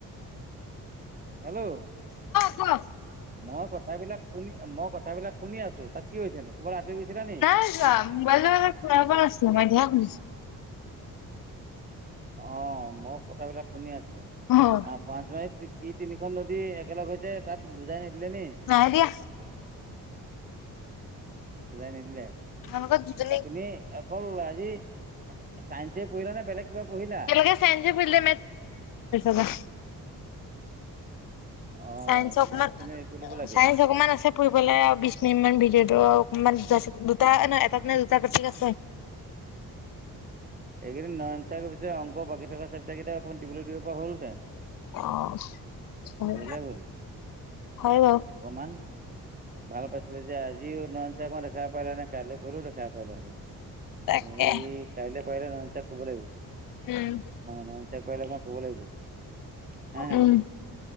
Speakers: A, on the right; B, on the left.
A: হেল্ল'।
B: ক
A: মই কথাবিলাক শুনি মই কথাবিলাক শুনি আছো তাত কি হৈছেনো ক'বাত আঁতৰি গৈছিলা নেকি?
B: নাই মই মানে শুনা পোৱা নাছিলোঁ এতিয়া হে পাইছোঁ।
A: অ', মই কথাবিলাক শুনি আছোঁ
B: শুনিছো অ
A: আ <unintelligible> কি তিনিখন নদী একেলগ হৈছে যে তাত বুজাই নিদিলে নি।
B: নাই দিয়া।
A: বুজাই নিদিলে।
B: তোমালোকৰ দুজনী
A: তুমি অকল আজি চাইন্স এ পঢ়িলা নে বেলেগ কিবা পঢ়িলা?
B: <unintelligible> পঢ়িলে <unintelligible>
A: অ'
B: চাইন্স অকন
A: মেথছ
B: মান
A: খিনি কৰি ল'ব লাগে।
B: চায়ন্স অকন মান আছে পঢ়িবলৈ। গলে বিশ মিনিট মান ভিডিঅ'টো অকমান দুটা ন এটাত নে দুটা টপিক আছে।
A: এইকেইদিন নয়ন চাৰ গ পছে অংক বাকী থকা চাপিটাকেইটা অকণ দিবলৈ দিব হলহতে।
B: অ হয়
A: ভুলে হ'ল।
B: হয় বাৰু
A: অগমান ভাল পাইছিলে যে আজিও ন চ ক দেখাব পাৰিল নে। কাইলৈ পল উও দে খাই পাইিল আ
B: তাকে
A: এই কাইলৈ পাৰিলে নয়ন শিৰক কব লাগিব।
B: উম
A: নায়ান চিৰক কৰি ল মই কব লাগিব হা
B: উম